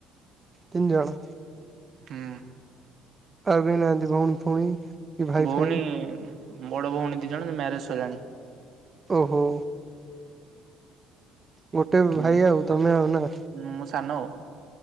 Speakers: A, on the right (about 25°); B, on the right (about 50°).
A: ତିନିଜଣ।
B: ହୁଁ।
A: ଆଉ କେହି ନାହାନ୍ତି ଭଉଣୀ ଫଉଣୀ? କି ଭାଇ
B: ଭଉଣୀ
A: ଫାଇ
B: ବଡ ଭଉଣୀ ଦି ଜଣ ମ୍ୟାରେଜ ସଇଲାଣି।
A: ଓହୋ। ଗୋଟେ
B: ହୁଁ
A: ଭାଇ ଆଉ ତମେ ଆଉ ନା।
B: ମୁଁ ସାନ।